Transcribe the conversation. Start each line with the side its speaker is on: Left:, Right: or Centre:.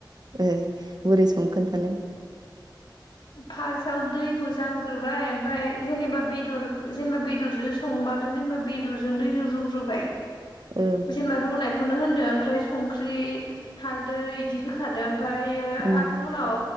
Right: ओ बोरै सङो खोनथालाय
Left: फार्स्टाव दैखौ जानग्रोबाय ओमफ्राय जेनेबा बेदर जेनेबा बेदरजों सं बाथ' बेदरजों दैजों रुग्रोबाय
Right: ओं
Left: जेनबा रुनाय खौनो होनदों मफ्राय संख्रि हाल्दै इदि होखादों ओमफ्रायो
Right: उम
Left: आरो उनाव